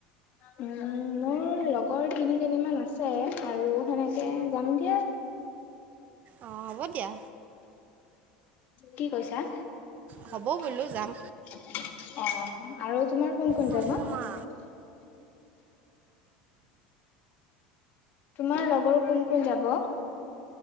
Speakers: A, on the left (about 45°); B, on the right (about 40°).
A: উম', মই মোৰ লগৰ তিনিজনী মান আছে আৰু সেনেকে যাম দিয়া
B: অ', হ'ব দিয়া।
A: কি কৈছা?
B: হ'ব
A: অ
B: বোলো যাম
A: ', আৰু তোমাৰ কোন কোন
B: সংগমা
A: যাব? তোমাৰ লগৰ কোন কোন যাব?